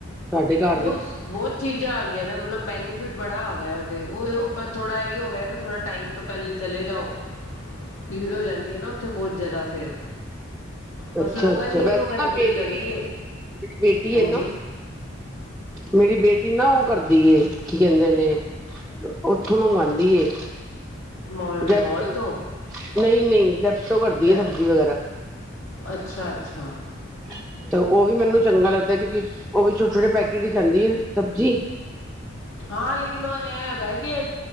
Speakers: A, in the centre; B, on the left.
A: ਤੁਹਾਡੇ ਘਰ
B: ਬਹੁ
A: ਦੇ
B: ਬਹੁਤ ਚੀਜ਼ਾਂ ਆ ਗਈ ਨੇ ਮਤਲਬ ਬੈਨੀਫਿਟ ਬੜਾ ਆ ਗਿਆ ਉਹਦੇ ਉਹ ਥੋੜ੍ਹਾ ਇਹੀ ਹੋ ਗਿਆ ਨਾ ਥੋੜ੍ਹਾ ਟਾਈਮ ਤੋਂ ਪਹਿਲੇ ਚਲੇ ਜਾਓ
A: <inaudible>
B: ਭੀੜ ਹੋ ਜਾਂਦੀ ਹੈ ਨਾ ਉੱਥੇ ਬਹੁਤ ਜਿਆਦਾ ਫੇਰ ਬਸ
A: ਅੱਛਾ
B: ਲੋਕਾਂ
A: ਅੱਛਾ
B: ਦੀ ਇਹੀਓ
A: ਵੈਸੇ
B: ਗੱਲ
A: ਨਾ
B: ਬੁਰੀ
A: ਮੇਰੀ
B: ਲੱਗਦੀ
A: ਵੀ
B: ਏ।
A: ਮੇਰੀ ਬੇਟੀ
B: ਹਾਂਜੀ
A: ਹੈ ਨਾ ਮੇਰੀ ਬੇਟੀ ਨਾ ਉਹ ਕਰਦੀ ਏ ਕੀ ਕਹਿੰਦੇ ਨੇ ਉਥੋਂ ਮੰਗਵਾਉਂਦੀ ਏ।
B: ਮੋਲ
A: ਜੈਪਟੋ
B: ਮੋਲ ਤੋਂ
A: ਨਹੀਂ ਨਹੀਂ ਜੈਪਟੋ ਕਰਦੀ
B: ਜੈ
A: ਹੈ ਸਬਜ਼ੀ ਵਗੈਰਾ।
B: ਅੱਛਾ ਅੱਛਾ
A: ਹਮ ਤੇ ਉਹ ਵੀ ਮੈਨੂੰ ਚੰਗਾ ਲੱਗਦਾ ਕਿਉਂਕਿ ਉਹ ਵੀ ਛੋਟੇ ਛੋਟੇ ਪੈਕੇਟ ਹੀ ਆਦੀ ਹੈ ਸਬਜ਼ੀ
B: ਹਾਂ ਲੇਕਿਨ ਉਹ ਇਹ ਹੈਗਾ ਕਿ ਅ